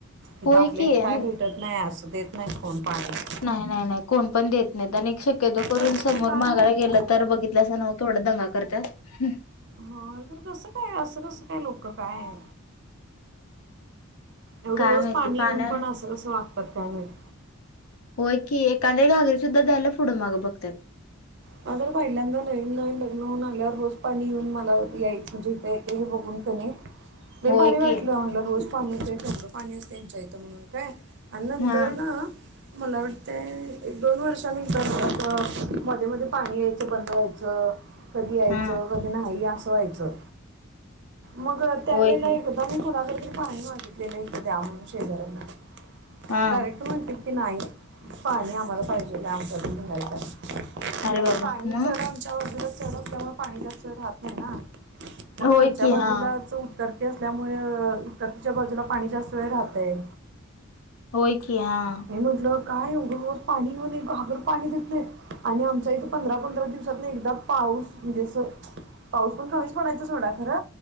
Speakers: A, on the right; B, on the left.
A: इथ
B: होय
A: आपल्या
B: की
A: इथं
B: अन
A: काय भेटत नाही असं देत नाही कोण पाणी
B: नाही नाही नाही कोण पण देत नाही आणि एक शक्यतो
A: कसं
B: करून
A: काय
B: समोर
A: काय
B: मागायला
A: माहित
B: गेलं तर बघितलसनव थोड दंगा करत्यात
A: हा तर कसं काय असं कसं काय लोक काय एवढं
B: काय
A: रोज
B: माहिती
A: पाणी
B: पाण्या
A: येऊन पण अस कस वागतात कायमहिती
B: होय की एखाद्या घागरी सुद्धा द्यायला पुढं मागं बघत्यात
A: का तर पहिल्यांदा नवीन नवीन लग्न होऊ <unintelligible> रोज पाणी <unintelligible> मला यायच जिथे हे बघून कणी लय
B: होय
A: भारी वाटलं
B: की
A: म्हणलं रोज पाणी येतय केवढ पाणी अस त्यांच्या इथं म्हणून काय अन नंतर
B: हा
A: न मला वाटतेय एक दोन वर्षांनंतर मध्ये मध्ये पाणी यायचं बंद व्हायचं कधी यायचं
B: हा
A: कधी नाही अस व्हायचं मग त्यावेेळेला
B: होय की
A: एकदा कुणाकडतरी पाणी मागितलेलं इथ द्या म्हणून शेजऱ्यांना
B: हा
A: डायरेक्ट <unintelligible> नाही पाणी आमाला पाहिजेलाय आमच्याकडं पण नाही पाणी
B: अरे
A: कारण
B: बाबा
A: पाणी
B: मग
A: चढ आमच्या बाजूला चढ असल्यामुळं पाणी आमच्याकडं राहत नाही ना मग
B: होय
A: खालच्या
B: की
A: बाजूलाचं
B: हा
A: उत्तर असल्यामुळ <unintelligible> बाजूला पाणी जास्त वेळ राहतय
B: होय की हां-
A: मी म्हटलं काय एवढं रोज पाणी घेऊन एक घागर पाणी देंत नाहीत आणि आमच्या इथं- पंधरा पंधरा दिवसात नाही एकदा पाऊस म्हणजे अस पाऊस पण कमीच म्हणायच सोडा खरं